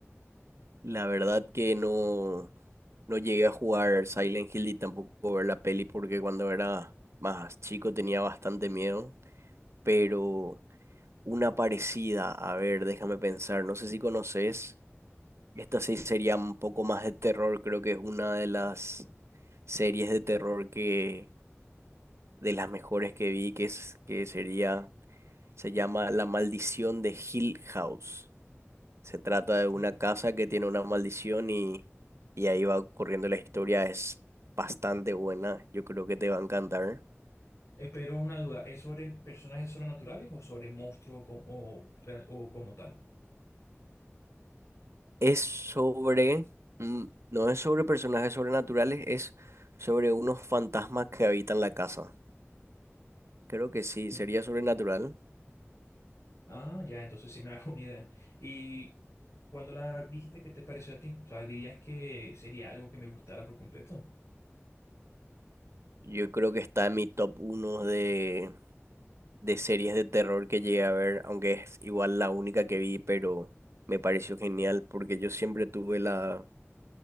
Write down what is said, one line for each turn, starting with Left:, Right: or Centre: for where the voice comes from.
Right: La verdad que no, no llegué a jugar Silent Hill y tampoco ver la peli porque cuando era más chico tenía bastante miedo, pero una parecida, a ver, déjame pensar, no sé si conoces. Esta sí sería un poco más de terror, creo que es una de las series de terror que de las mejores que vi, que es que sería se llama La Maldición de Hill House. Se trata de una
Left: Mm,
Right: casa que tiene una maldición y y ahí va corriendo la historia, es bastante buena, yo creo que te va a encantar.
Left: eh, Pero una duda, ¿es sobre personajes sobrenaturales o sobre monstruos com- o real- o como tal?
Right: Es sobre mm, no es sobre personajes sobrenaturales, es sobre unos fantasmas que habitan la casa. Creo que sí,
Left: Mm.
Right: sería sobrenatural.
Left: Ah, ya, entonces sí me <laughs> hago una idea. ¿Y cuando la viste, qué te pareció a ti? O sea, ¿dirías que sería algo que me gustara por completo?
Right: Yo creo que está en mi top uno de, de series de terror que llegué a ver, aunque es igual la única que vi, pero me pareció genial porque yo siempre tuve la...